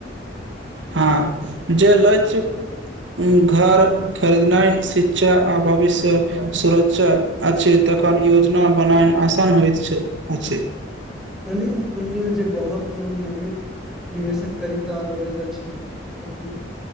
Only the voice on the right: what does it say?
हँ जे लक्ष्य घर खरीदनाइ, शिक्षा आ भविष्य सुरक्षा अछि तखन योजना बनायब आसान होइत छै अछि।